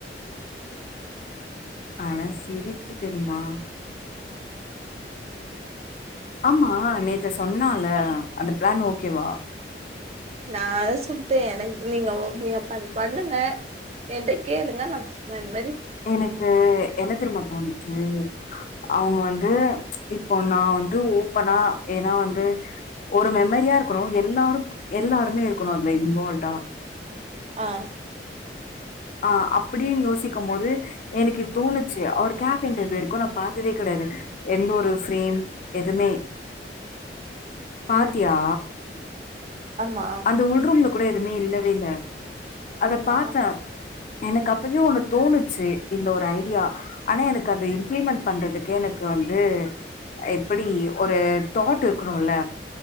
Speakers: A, on the left; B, on the right.
A: ஆனா சிரிப்பு தெரிமா ஆமா நேத்து சொன்னால அந்த பிளான் ஓகேவா
B: நா அத சொல்ட்டே எனக்கு நீங்க நீங்க பண் பண்ணுங்க என்ட்ட கேளுங்க நா ஸ் இந்த மேரி
A: எனக்கு என்ன தெரிமா தோணுச்சு அவுங்க வந்து இப்ப நா வந்து ஓப்பனா ஏன்னா வந்து ஒரு மெமரியாருக்கணு எல்லாருக் எல்லாருமே இருக்கணு அதுல இன்வால்வ்டா
B: ஆ
A: ஆ அப்டின்னு யோசிக்கும் போது எனக்கு தோணுச்சு அவர் கேபின் ல இது வரைக்கு நா பாத்ததே கெடையாது எந்த ஒரு ஃப்ரேம் எதுமே பாத்தியா
B: ம் ஆமா
A: ந்த உள்ரூம்ல கூட எதுமே இல்லவே இல்ல அத
B: ஆமா
A: பாத்தா எனக்கு அப்பவே ஒன்னு தோணுச்சு இந்த ஒரு ஐடியா ஆனா எனக்கு அத இம்ப்ளிமெண்ட் பண்றதுக்கு எனக்கு வந்து எப்டி ஒரு தாட் இருக்கணுல